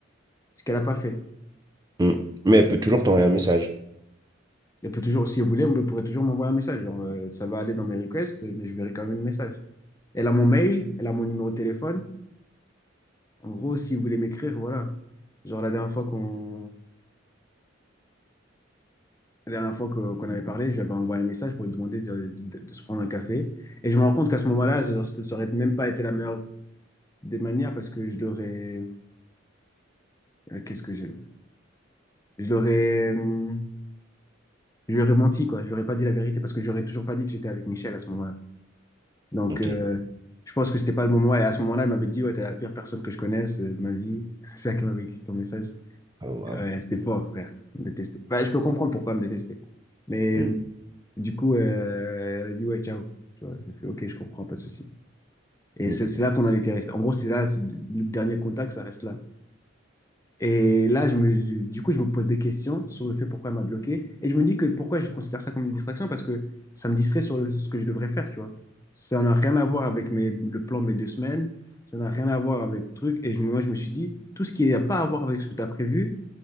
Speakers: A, on the left; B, on the right.
A: ce qu'elle n'a pas fait.
B: Hmm. Mais elle peut toujours t'envoyer un message.
A: Elle peut toujours, si vous voulez, on pourrait toujours m'envoyer un message. Genre, euh, ça va aller dans mes requests, mais je verrai quand même le message. Elle a mon mail, elle a mon numéro de téléphone. En gros, si vous voulez m'écrire, voilà. Genre, la dernière fois qu'on la dernière fois que- qu'on avait parlé, j'avais envoyé un message pour lui demander de, de- de se prendre un café. Et je me rends compte qu'à ce moment-là, genre, ça n'aurait même pas été la meilleure des manières parce que je l'aurais. euh, Qu'est-ce que je... je l'aurais, euh, je lui aurais menti, quoi. Je lui aurais pas dit la vérité parce que j'aurais toujours pas dit que j'étais avec Michel à ce moment-là. Donc,
B: Ok.
A: euh, je pense que c'était pas le moment. Et à ce moment-là, il m'avait dit, ouais, t'es la pire personne que je connaisse euh, de ma vie. <laughs> C'est ça qu'elle m'avait écrit comme message.
B: Ah, wow.
A: Ouais, c'était fort, frère. Elle me détestait. Bah, je peux comprendre pourquoi elle me détestait. Mais
B: Hmm,
A: euh, du coup, euh, elle a dit, ouais, ciao. Tu vois, J'ai fait, ok, je comprends, pas de souci. Et
B: hmm.
A: c'est c'est là qu'on en était resté. En gros, c'est là, c'est- le dernier contact, ça reste là. Et là, je me, du coup, je me pose des questions sur le fait pourquoi elle m'a bloqué. Et je me dis que pourquoi je considère ça comme une distraction, parce que ça me distrait sur le- ce que je devrais faire, tu vois. Ça n'a rien à voir avec mes, le plan de mes deux semaines, ça n'a rien à voir avec le truc. Et je, me- moi, je me suis dit, tout ce qui n'a pas à voir avec ce que tu as prévu,